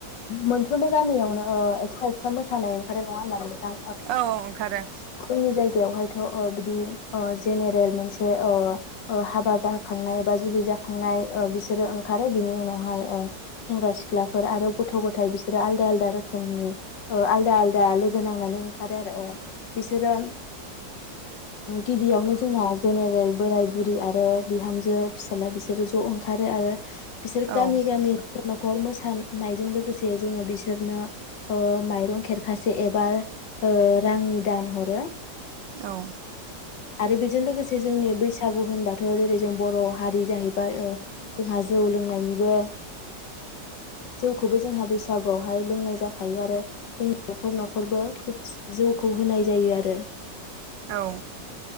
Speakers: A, on the left; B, on the right.
A: मोनफ्रोमबो गामियावनो एक्स्रा एक्स्रा मोसानाय ओंखारो नङा होनबा
B: औ औ ओंखारो
A: जोंनि जायगायाव हाय‌ थ बिदि ओ जेनेरेल मोनसे ओ ओ हाबा जाखांनाय बा जुलि जाखांनाय ओ बिसोरो ओंखारो बिनि उनावहाय ओ सेंग्रा सिख्लाफोर आरो गथ गथ' गथाइ बिसोरो आलदा आलदा रोखोमनि आलदा आलदा लोगो नांनानै ओंखारो आरो बिसोरो गिबियावनो जोंहा जेनेरेल बोराय बुरि आरो बिहामजो फिसाज्ला बिसोरो ज ओंखारो आरो बिसोर
B: औ
A: गामि गामि। नखर मोसानायजों लोगो लोगोसे जोङो बिसोरनो ओ माइरं खेरखासे एबा ओ रांनि दान हरो।
B: औ।
A: आरो बेजों लोगोसे जोंनि बैसागु होनबाथ जेरै जों बर' हारि जाहैबाय ओ जोंहा जौ लोंनायनिबो जौ खौबो जोंहा बैसागुआवहाय लोंनाय जाखायो आरो जोंनि न'खर न'खरबो जौखौ होनाय जायो आरो।
B: औ।